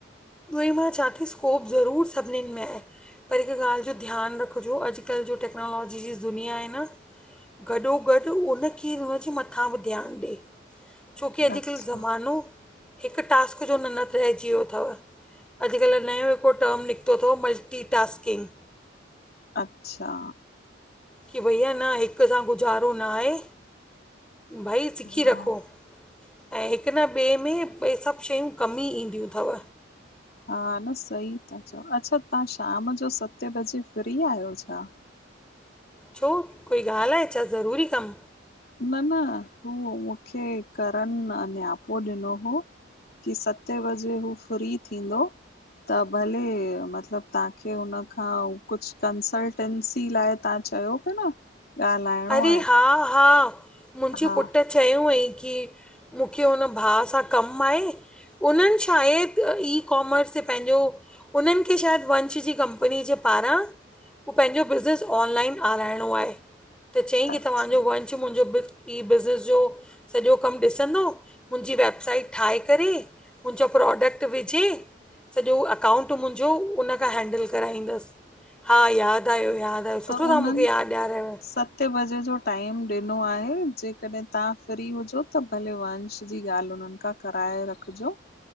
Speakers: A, in the centre; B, on the left.
A: उहो ई मां चवां थी स्कोप ज़रूर सभनिन में आहे। पर हिक ॻाल्ह जो ध्यान रखजो अॼकल्ह जो टेक्नोलॉजी जी दुनिया आहे न गॾो गॾु उनखे उनजे मथां बि ध्यानु ॾे। छोकी अॼुकल्ह
B: अच्छा
A: ज़मानो हिकु टास्क जो ननत रहिजी वियो अथव। अॼुकल्ह नयो हिकिड़ो टर्म निकितो थव मल्टीटास्किंग
B: अच्छा
A: की भैया न हिक सां गुज़ारो न आहे भई सिखी
B: हा
A: रखो। ऐं हिकु न ॿिए में ॿे सभु शयूं कमु ई ईंदियूं थव
B: हा न सही था चओ। अच्छा तां शाम जो सते बजे फ्री आहियो छा?
A: छो कोई ॻाल्हि आहे छा? ज़रूरी कमु
B: न न हू मूंखे करन नि्यापो ॾिनो हो की सते वजे हू फ्री थींदो त भले मतिलबु तांखे हुन खां कुझु कंसल्टेंसी लाइ तां चयो पा न ॻाल्हाइणो
A: अरे
B: आहे
A: हा हा मुंहिंजे
B: हा
A: पुटु चयो हुअई की मूंखे हुन भाउ सां कमु आहे उन्हनि शायदि ई कॉमर्स ते पंहिंजो उन्हनि खे शायदि वंश जी कंपनी जे पारां उहो पंहिंजो बिज़नस ऑनलाइन आराइणो आहे। त चयईं की
B: अच्छा
A: तव्हांजो वंच मुंहिंजो बिल ईी बिज़नेस जो सॼो कमु ॾिसंदो मुंहिंजी वेबसाइट ठाहे करे मुंहिंजा प्रोडक्ट विझे। सॼो अकाउंट मुंहिंजो उनखां हैंडल कराईंदसि। हा यादि आयो यादि आयो
B: त
A: सुठो तां
B: उन्हनि
A: मूंखे यादि ॾियारियव
B: सते बजे जो टाइम ॾिनो आहे। जेकॾहिं तां फ्री हुजो त भले वंश जी ॻाल्हि उननि खां कराए रखजो।